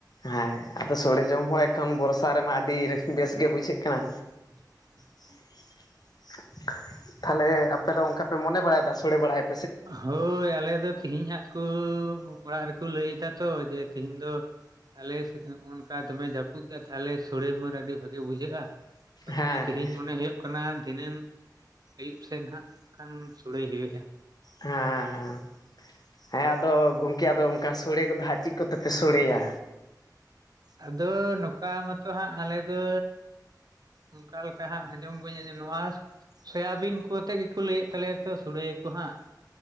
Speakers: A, on the left (about 60°); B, on the right (about 60°).
A: ᱦᱮᱸ ᱟᱫᱚ ᱥᱚᱲᱮ ᱡᱚᱢ ᱦᱚᱸ ᱮᱠᱷᱚᱱ ᱵᱚᱨᱥᱟ ᱨᱮᱢᱟ ᱟᱹᱰᱤ ᱵᱮᱥ ᱜᱮ ᱵᱩᱡᱷᱟᱹᱜ ᱠᱟᱱᱟ᱾
B: <inaudible>
A: <inaudible>
B: <inaudible>
A: ᱛᱟᱦᱚᱞᱮ ᱟᱯᱮ ᱫᱚ ᱚᱱᱠᱟᱯᱮ ᱢᱚᱱᱮ ᱵᱟᱲᱟᱭᱟ ᱥᱲᱮᱲᱟᱭ ᱯᱮ
B: ᱦᱳᱭ ᱟᱞᱮ ᱫᱚ ᱛᱮᱦᱤᱧᱟᱜ ᱠᱩ ᱚᱲᱟᱜ ᱨᱮᱠᱚ ᱞᱟᱹᱭ ᱫᱟ ᱛᱚ ᱡᱮ ᱛᱮᱦᱤᱧ ᱫᱚ ᱛᱟᱦᱚᱞᱮ ᱚᱱᱠᱟ ᱫᱚᱢᱮ ᱡᱟᱹᱯᱩᱫ ᱮᱫᱟ ᱛᱟᱞᱦᱮ ᱥᱚᱲᱮ ᱢᱟᱹᱨ ᱟᱹᱰᱤ ᱵᱷᱟᱜᱤ ᱵᱩᱡᱷᱟᱹᱜ-ᱟ᱾ ᱛᱚ
A: ᱦᱮᱸ
B: ᱛᱟᱦᱚᱞᱮ ᱛᱮᱦᱤᱧ
A: ᱦᱮᱸ
B: ᱢᱚᱱᱮ ᱦᱩᱭᱩᱜ ᱫᱷᱤᱱᱟᱹᱱ ᱟᱹᱭᱩᱵ ᱥᱮᱫ ᱦᱟᱜ ᱠᱷᱟᱱ ᱥᱳᱲᱮ ᱦᱩᱭᱩᱜ-ᱟ᱾
A: ᱦᱮᱸ ᱦᱮᱸ ᱦᱮᱸ ᱟᱫᱚ ᱜᱚᱢᱠᱮ ᱟᱫᱚ ᱚᱱᱠᱟ ᱥᱚᱲᱮ ᱠᱚᱫᱚ ᱦᱟᱸᱜ ᱪᱤᱫ ᱠᱚᱛᱮ ᱛᱮᱯᱮ ᱥᱚᱲᱮᱭᱟ᱾
B: ᱟᱫᱚ ᱱᱚᱝᱠᱟ ᱢᱟᱛᱚ ᱦᱟᱸᱜ ᱟᱞᱮ ᱫᱚ ᱚᱱᱠᱟ ᱞᱮᱠᱟ ᱦᱟᱸᱜ ᱟᱸᱡᱚᱢ ᱵᱟᱹᱧ ᱟᱸᱡᱚᱢ ᱱᱚᱣᱟ ᱥᱮᱭᱟᱹᱵᱤᱱ ᱠᱚ ᱛᱮ ᱜᱮᱠᱚ ᱞᱟᱹᱭᱮᱫ ᱛᱟᱞᱮᱭᱟ ᱛᱚ ᱥᱚᱲᱮᱭᱟᱠᱚ ᱦᱟᱸᱜ